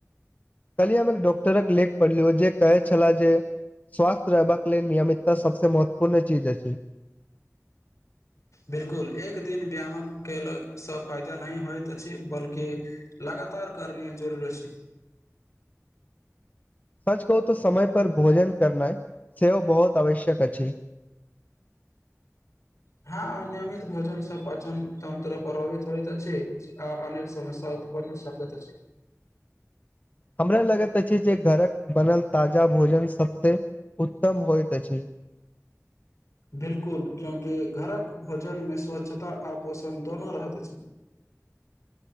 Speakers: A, on the left; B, on the left.
A: कहली हम एक डॉक्टरक लेख पढ़लिय जे कहे छलाह जे स्वास्थ्य रहबाक लेल नियमितता सबस महत्वपूर्ण चीज अछि
B: बिलकुल एक दिन व्यायामक कयेलसँ फायदा नहि होइत अछि बल्कि लगातार करए जरूरी छै
A: सच कहू तऽ समय पर भोजन करनाइ सेहो बहुत आवश्यक अछि <inaudible>
B: हँ अनयमित भोजन स पाचन तन्त्र प्रभावित ‌होइत छै आ अनेक समस्या उत्पन्न कतऽ छी
A: हमरा लगैत अछि जे घरक बनल ताजा भोजन सबस उत्तम होइत अछि
B: बिल्कुल कियोंकी घरक भजन मे स्वच्छता आ पोषण दोनो रहत छै